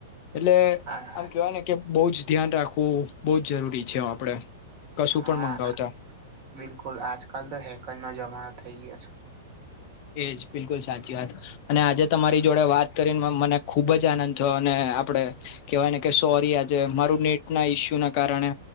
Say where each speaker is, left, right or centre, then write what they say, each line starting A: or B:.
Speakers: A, on the left; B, on the right.
A: એટલે
B: આ
A: આમ કેહેવાય ને કે બહ જ ધ્યાન રાખવું બહ જ જરૂરી છે આપડે. કશું
B: હા
A: પણ મંગાવતા
B: બિલકુલ આજકાલ તો હેકર નો જમાનો થઈ ગયો છે.
A: એજ બિલકુલ સાચી વાત અને આજે તમારી જોડે વાત કરીને મને ખુબ જ આનંદ અને આપડે કેહેવાય ને કે સોરી આજે મારું નેટ ના ઈસ્યુ ના કારણે